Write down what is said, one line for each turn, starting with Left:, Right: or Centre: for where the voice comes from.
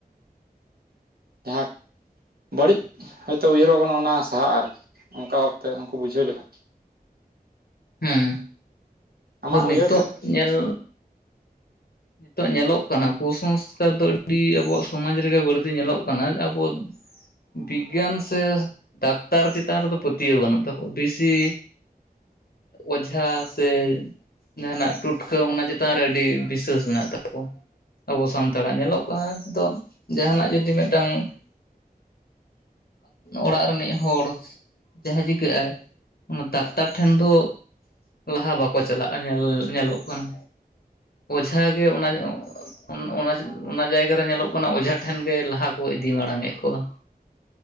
Right: ᱡᱟᱦᱟᱸ ᱵᱟᱹᱲᱤᱡ ᱦᱚᱭᱛᱳ ᱩᱭᱦᱟᱹᱨ ᱵᱷᱟᱵᱽᱱᱟ ᱚᱱᱟ ᱥᱟᱦᱟᱜ ᱟᱹᱨᱠᱤ ᱚᱱᱠᱟ ᱵᱷᱟᱵᱛᱮ ᱩᱱᱠᱩ ᱵᱩᱡᱷᱟᱹᱣ ᱞᱮᱠᱷᱟᱡ
Left: ᱦᱮᱸ
Right: ᱟᱢᱟᱜ
Left: ᱟᱫᱚ ᱱᱤᱛᱚᱜ
Right: ᱩᱭᱦᱟᱹᱨ ᱛᱮ
Left: ᱧᱮᱞ ᱱᱤᱛᱚᱜ ᱧᱮᱞᱚᱜ ᱠᱟᱱᱟ ᱠᱩᱥᱚᱝᱥᱠᱟᱨ ᱫᱚ ᱟᱹᱰᱤ ᱟᱵᱚᱣᱟᱜ ᱥᱚᱢᱟᱡᱽ ᱨᱮᱜᱮ ᱵᱟᱹᱲᱛᱤ ᱧᱮᱞᱚᱜ ᱠᱟᱱᱟ ᱟᱵᱚ ᱵᱤᱜᱽᱜᱟᱱ ᱥᱮ ᱰᱟᱠᱛᱟᱨ ᱪᱮᱛᱟᱱ ᱨᱮᱫᱚ ᱯᱟᱹᱛᱭᱟᱹᱣ ᱵᱟᱹᱱᱩᱜ ᱛᱟᱠᱚᱣᱟ ᱵᱤᱥᱤ ᱚᱡᱷᱟ ᱥᱮ ᱡᱟᱦᱟᱱᱟᱜ ᱴᱩᱴᱠᱟᱹ ᱚᱱᱟ ᱪᱮᱛᱟᱱ ᱨᱮ ᱟᱹᱰᱤ ᱵᱤᱥᱥᱟᱹᱥ ᱢᱮᱱᱟᱜ ᱛᱟᱠᱚᱣᱟ ᱟᱵᱚ ᱥᱟᱱᱛᱟᱲᱟᱜ ᱧᱮᱞᱚᱜ ᱠᱟᱱᱟ ᱱᱤᱛᱚᱜ ᱡᱟᱦᱟᱱᱟᱜ ᱡᱩᱫᱤ ᱢᱤᱫᱴᱟᱝ ᱚᱲᱟᱜ ᱨᱤᱱᱤᱡ ᱦᱚᱲ ᱡᱟᱦᱟᱸ ᱪᱤᱠᱟᱹᱜ ᱟᱭ ᱚᱱᱟ ᱰᱟᱠᱛᱟᱨ ᱴᱷᱮᱱ ᱫᱚ ᱞᱟᱦᱟ ᱵᱟᱠᱚ ᱪᱟᱞᱟᱜᱼᱟ ᱧᱮᱞ ᱧᱮᱞᱚᱜ ᱠᱟᱱᱟ᱾ <unintelligible> ᱜᱮ ᱚᱱᱟ ᱧᱚᱜ <unintelligible> ᱚᱱᱟ ᱚᱱᱟ ᱡᱟᱭᱜᱟ ᱨᱮ ᱧᱮᱞᱚᱜ ᱠᱟᱱᱟ ᱚᱡᱷᱟᱴᱷᱮᱱ ᱜᱮ ᱞᱟᱦᱟ ᱠᱚ ᱤᱫᱤ ᱢᱟᱲᱟᱝᱮᱫ ᱠᱚᱣᱟ